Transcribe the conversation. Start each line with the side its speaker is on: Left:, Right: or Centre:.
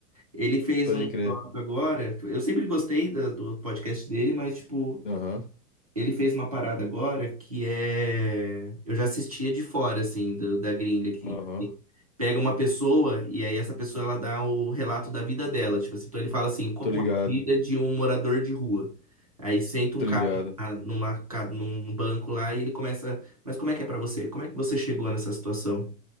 Right: Ele fez
Left: pode
Right: um negócio
Left: crer.
Right: agora. Eu sempre gostei da- do podcast dele, mas, tipo,
Left: Aham,
Right: ele fez uma parada agora que é. Eu já assistia de fora, assim, do- da gringa aqui.
Left: aham.
Right: Pega uma pessoa e aí essa pessoa ela dá o relato da vida dela. Tipo assim, então ele fala assim, como
Left: Tô ligado,
Right: é a vida de um morador de rua. Aí senta
Left: tô
Right: um cara
Left: ligado.
Right: ah, numa, ca- num banco lá e ele começa. Mas como é que é pra você? Como é que você chegou nessa situação?